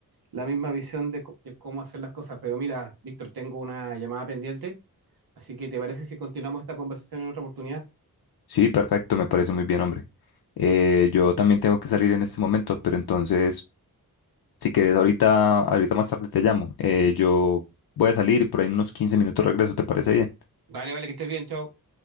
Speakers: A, on the right (about 70°); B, on the left (about 75°).
A: la misma visión de, co- de cómo hacer las cosas. Pero mira, Víctor, tengo una llamada pendiente, así que ¿te parece si continuamos esta conversación en otra oportunidad?
B: Sí, perfecto, me parece muy bien, hombre. Eh, yo también tengo que salir en este momento, pero entonces, si quieres, ahorita, ahorita más tarde te llamo. Eh, yo voy a salir y por ahí en unos 15 minutos regreso, ¿te parece bien?
A: Vale, vale, que estés bien, chao.